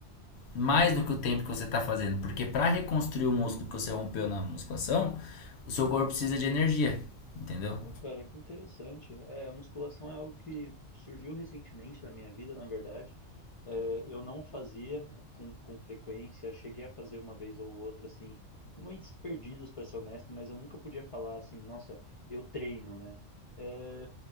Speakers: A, on the left (about 65°); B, on the left (about 45°).
A: mais do que o tempo que você está fazendo, porque para reconstruir o músculo que você rompeu na musculação, o seu corpo precisa de energia, entendeu?
B: Oh, cara, que interessante. É, a musculação é algo que surgiu recentemente na minha vida, na verdade. É, eu não fazia com, com frequência, cheguei a fazer uma vez ou outra, assim, momentos perdidos, pra ser honesto, mas eu nunca podia falar assim, nossa, eu treino, né? É,